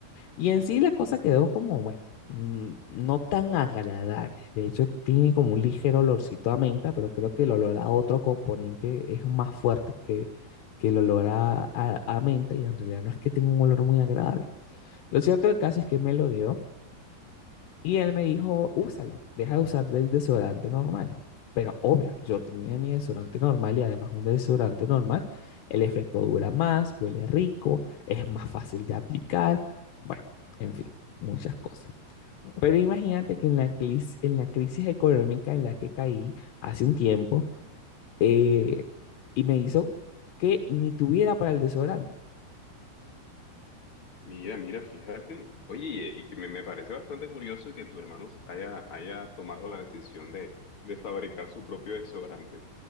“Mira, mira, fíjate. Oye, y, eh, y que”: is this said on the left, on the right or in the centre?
Left